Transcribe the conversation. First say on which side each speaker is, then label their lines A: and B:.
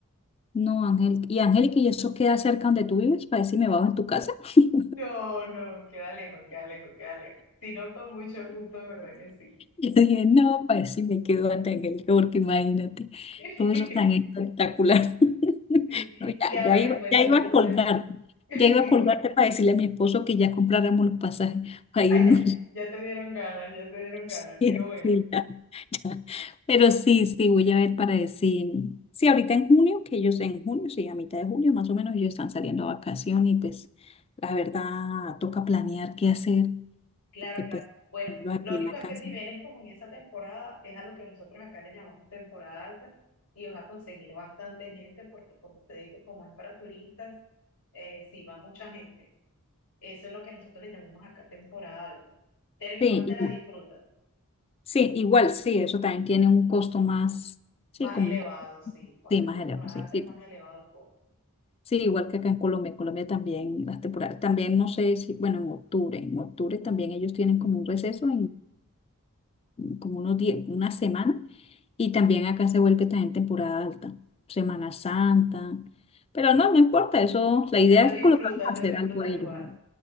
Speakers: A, on the left; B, on the left.
A: no, Ángel. ¿Y Angélica, y eso queda cerca donde tú vives? Para decirme, bajo en tu casa. <laughs>
B: No, no, queda lejos, queda lejos, queda lejos. Si no, con mucho gusto, de verdad que sí.
A: Yo dije, no, para decirme me quedo ante Angélica, porque imagínate,
B: <laughs>
A: todo eso es tan espectacular. <laughs>
B: Sí.
A: No, ya,
B: Y a
A: ya
B: ver,
A: iba,
B: cuéntame
A: ya iba a
B: tú
A: colgarte,
B: de... <laughs>
A: ya iba a colgarte para decirle a mi esposo que ya compráramos los pasajes para
B: Ay,
A: irnos.
B: ya, ya te dieron ganas, ya te dieron ganas,
A: <laughs> Sí,
B: qué bueno.
A: sí, ya, ya. Pero sí, sí, voy a ver para decir. Sí, ahorita en junio, que ellos en junio, sí, a mitad de junio más o menos, ellos están saliendo a vacación y pues la verdad toca planear qué hacer,
B: Claro,
A: porque
B: claro.
A: pues
B: Bueno,
A: yo aquí
B: lo único
A: en la
B: es
A: casa.
B: que si vienes como en esa temporada, es a lo que nosotros acá le llamamos temporada alta y vas a conseguir bastante gente porque como te digo, como es para turistas, eh, sí va mucha gente. Eso es lo que nosotros le llamamos acá temporada alta. Pero igual
A: Sí,
B: te
A: igu-
B: la disfrutas.
A: sí, igual, sí, eso también tiene un costo más, sí,
B: Más
A: como
B: elevado,
A: un costo
B: sí. Cuando
A: sí, más
B: es temporada
A: elevado, sí,
B: alta
A: sí.
B: es más elevado el costo.
A: Sí, igual que acá en Colombia, en Colombia también las temporadas, también no sé si, bueno, en octubre, en octubre también ellos tienen como un receso como unos die- una semana. Y también acá se vuelve también temporada alta, Semana Santa. Pero no, no importa, eso, la idea
B: Te lo
A: es
B: disfrutas,
A: colocarlos a
B: te
A: hacer
B: lo disfrutas
A: algo a ellos,
B: igual.
A: ¿no?